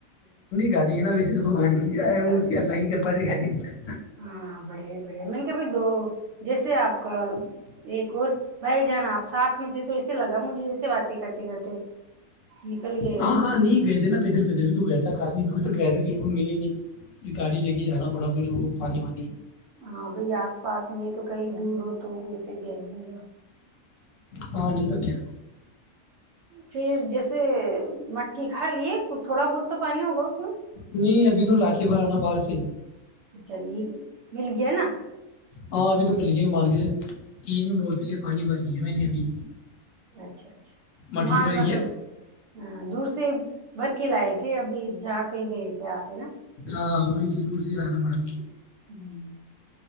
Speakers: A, on the left; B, on the right.
A: گاڈ ہے ن ویے بگان کی ہے
B: اچھا
A: وہ اس کی اللہگ ہی کر بی خ
B: ہاں بڑے بڑے میں نے کہ بھائی دو جیسے آپ کا ایک اور بھائی جان آپ ساتھ تھے تو ایے لگا مجھے ایسے باتیں کرتے کرتے نکل گئے
A: ہاں
B: ہو
A: ہاں نہیں گئے تھے نا پیدل پیدل بھی تو گئے تھا کافنی دور تک گئے تھ بالکل مل ہی نہیں پھر گاڑی لے کے جانا پڑا پھر وہ ہ ہونی
B: ہاں بھائی آس پاس میں تو کہیں دور ہو تو گیم گ
A: ہاں نہیں تو کیا
B: پھر جیسے مکی کھا لیے تھوڑا بہت تو پانی ہوگا اس میں
A: نہیں ابھی تو لا کے بھرا نا باہر سے
B: اچھا م مل گیا نا
A: ہاں ابھی تو مل گیا مار کے تین بوتلیں پانی بری ہیں میں نے ابھی
B: اچھا اچھا
A: مٹکی
B: مج
A: بھری
B: مطلب
A: ہے
B: ہ دوسرے بھر کے لائے تھے ابھی جہاں کہیں گئے تھے آپ نا
A: ہاں وہیں سے دور سے ہی رہنا پڑا گے
B: ہ